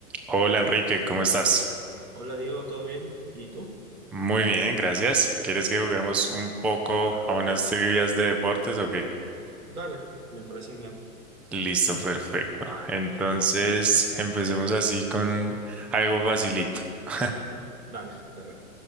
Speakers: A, in the centre; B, on the right (about 80°).
A: Hola Enrique, ¿cómo estás?
B: Hola Diego, ¿todo bien? ¿Y tú?
A: Muy bien, gracias. ¿Quieres que juguemos un poco a unas trivias de deportes o qué?
B: Dale, me parece bien.
A: Listo, perfecto. Entonces, empecemos así con algo facilito. <laughs>
B: Dale, dale.